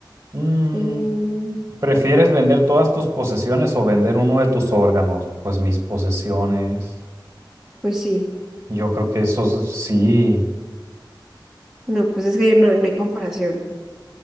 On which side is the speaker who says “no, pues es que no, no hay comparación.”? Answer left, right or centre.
Centre